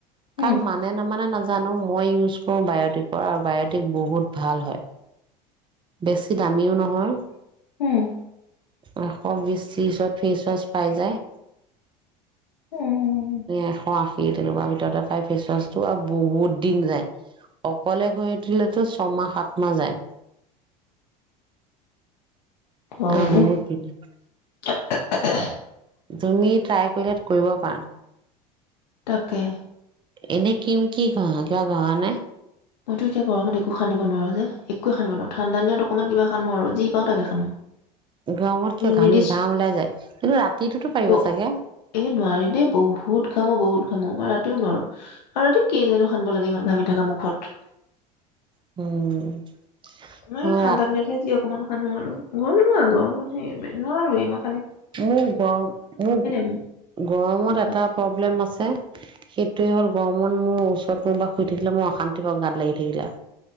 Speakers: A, on the left (about 80°); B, on the right (about 25°).
A: উম
B: কাক মানে-নামানে নাজ জানো। মই ইউছ কৰো বায়োটিক পৰা আৰু বায়োটিক বহুত ভাল হয়। বেছি দামিও নহয়।
A: উম।
B: এশ বিশ-ত্ৰিশত ফেচৱাছ পাই যায়।
A: উম উম উম
B: এশ আশী তেনেকুৱা ভিতৰতে পাই ফেচৱাছটো আৰু বহুত দিন যায়। অকলে ঘহি থুলেটো ছমাহ-সাতমাহ যায়।
A: হয়
B: আৰু
A: দেই
B: বহুত দিন
A: <unintelligible>
B: তুমি ট্ৰাই কৰিলে কৰিব পাৰা।
A: তাকে
B: এনে কিম কি ঘহা? কিবা ঘহানে?
A: মইতো এতিয়া গৰমত একো সানিব নোৱাৰো যে, একোয়েই সানিব নোৱাৰোঁ ঠাণ্ডা দিনত অকণমান কিবা সানো আৰু যি পাওঁ তাকে সানো।
B: গৰমত কিয়
A: নিৰ্দিচ
B: ঘামি ঘাম ওলাই যায় কিন্তু ৰাতিটোতো পাৰিবা
A: ব
B: চাগে?
A: এই নোৱাৰি দেই বহুত ঘামো বহুত ৰাতিও নোৱাৰো আৰু ৰাতি কেলেনো সানিব লাগে ইমান ঘামি থকা মুখত।
B: উম
A: উম
B: অ
A: ঠাণ্ডা
B: ৰাত
A: দিনতহে যি অকমান সানো আৰু <unintelligible> গৰমত সেই নোৱাৰো এই মাহ
B: মোৰ গৰম মোৰ
A: মই
B: গৰমত
A: মুখত
B: এটা প্ৰব্লেম আছে সেইটোৱে হ'ল গৰমত মোৰ ওচৰত কোনোবা শুই থাকিলে মোৰ অশান্তিৰ পাওঁ গাত লাগি থাকিলে